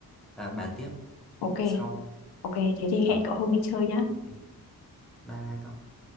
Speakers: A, in the centre; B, on the left.
A: ờ, bàn tiếp
B: ok
A: sau.
B: ok thế thì
A: Đó.
B: hẹn cậu hôm đi chơi nhá
A: Ok. Bye bye cậu.